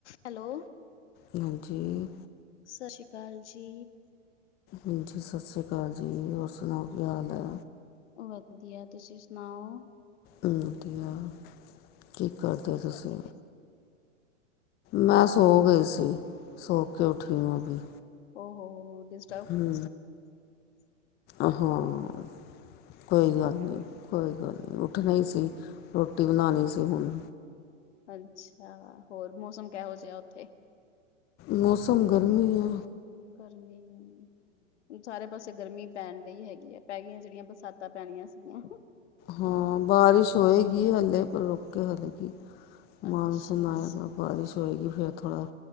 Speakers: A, on the left (about 65°); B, on the left (about 25°).
A: Hello
B: ਹਾਂਜੀ
A: ਸਤਿ ਸ੍ਰੀ ਅਕਾਲ ਜੀ
B: ਹਾਂਜੀ ਸਤਿ ਸ਼੍ਰੀ ਅਕਾਲ ਜੀ ਹੋਰ ਸੁਣਾਓ ਕੀ ਹਾਲ ਹੈ
A: ਵਧੀਆ ਤੁਸੀਂ ਸੁਣਾਓ
B: ਵਧੀਆ ਕੀ ਕਰਦੇ ਹੋ ਤੁਸੀਂ ਮੈਂ ਸੋ ਗਈ ਸੀ, ਸੋ ਕੇ ਉੱਠੀ ਆਂ ਅਭੀ
A: ਔਹੋ ਦਿਸ
B: ਹੂ ਆਹਾਂ ਕੋਈ ਗੱਲ ਨਹੀਂ, ਕੋਈ ਗੱਲ ਨਹੀਂ ਉੱਠਣਾ ਈ ਸੀ ਰੋਟੀ ਬਣਾਉਣੀ
A: ਹਾਂ
B: ਸੀ ਹੁਣ
A: ਅੱਛਾ ਹੋਰ ਮੌਸਮ ਕਿਹੋ ਜਿਹਾ ਉੱਥੇ
B: ਮੌਸਮ ਗਰਮੀ ਆ
A: ਗਰਮੀ ਸਾਰੇ ਪਾਸੇ ਗਰਮੀ ਪੈਣ ਡਹੀ ਹੈਗੀ ਹੈ, ਪੈ ਗਈਆਂ ਜਿਹੜੀਆਂ ਬਰਸਾਤਾਂ ਤਾਂ ਪੈਣੀਆਂ ਸੀਗੀਆਂ
B: ਹਾਂ ਬਾਰਿਸ਼ ਹੋਏਗੀ ਹਲੇ, ਪਰ ਰੁਕ ਕੇ ਹਲੇਗੀ ਮਾਨਸੂਨ
A: ਅੱਛਾ
B: ਆਏਗਾ ਬਾਰਿਸ਼ ਹੋਏਗੀ ਫੇਰ ਥੋੜਾ,